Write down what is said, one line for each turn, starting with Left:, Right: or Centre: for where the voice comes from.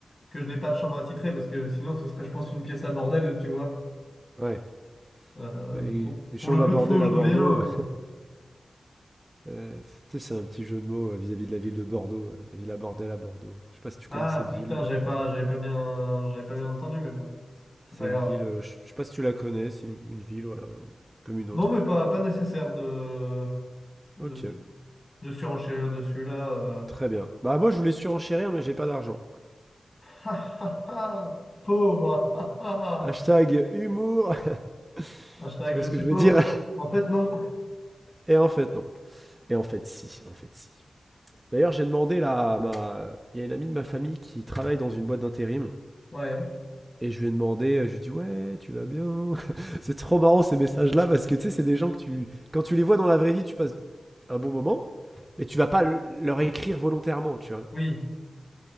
Left: que je n'ai pas de chambre attitrée parce que sinon ce serait je pense une pièce à bordel, tu vois.
Right: Ouais.
Left: Euh,
Right: Ouais, Une,
Left: pour,
Right: une
Left: pour
Right: chambre
Left: le peu
Right: à bordel
Left: de fois où je
Right: à
Left: reviens.
Right: Bordeaux,
Left: euh,
Right: <laughs> euh, tu c'est un petit jeu de mots euh, vis-à-vis de la ville de Bordeaux, euh, la ville à bordel à Bordeaux. Je sais pas si tu
Left: Ah
Right: connais cette ville,
Left: putain,
Right: mais
Left: j'avais pas, j'avais pas bien, j'avais
Right: c'est-
Left: pas bien entendu, mais bon, c'est
Right: c'est
Left: pas
Right: une
Left: grave.
Right: ville, euh, je je sais pas si tu la connais, c'est une, une ville, voilà, comme une autre.
Left: Non mais pas, pas nécessaire de de...
Right: Ok,
Left: de surenchérir dessus là. euh, <laughs>
Right: très bien. Bah moi je voulais surenchérir, mais j'ai pas d'argent.
Left: Ha, ha, ha, pauvre. <laughs> ha, ha, ha.
Right: Hashtag humour, <laughs>
Left: Hashtag
Right: tu
Left: je
Right: vois ce
Left: suis
Right: que je
Left: pauvre.
Right: veux dire?
Left: En fait, non.
Right: Et en fait non. Et en fait si, en fait si. D'ailleurs j'ai demandé là à ma... Il y a une amie de ma famille qui travaille dans une boîte d'intérim.
Left: Ouais.
Right: Et je lui ai demandé, euh, je lui ai dit ouais, tu vas bien. <laughs> c'est trop marrant ces messages-là parce que tu sais, c'est des gens que tu, quand tu les vois dans la vraie vie, tu passes un bon moment, mais tu vas pas leur écrire volontairement, tu vois.
Left: Oui.